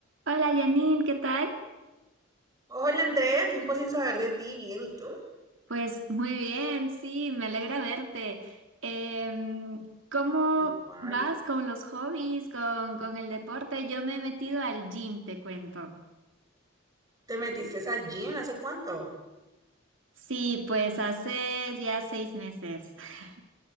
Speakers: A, on the right; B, on the right.
A: Hola Janine, ¿qué tal?
B: Hola Andrea, tiempo sin saber de ti, bien, ¿y tú?
A: Pues muy bien, sí, me alegra verte. Em, ¿cómo
B: Igual.
A: vas con los hobbies, con, con el deporte? Yo me he metido al gym, te cuento.
B: ¿Te metiste al gym hace cuánto?
A: Sí, pues hace ya seis meses. <laughs>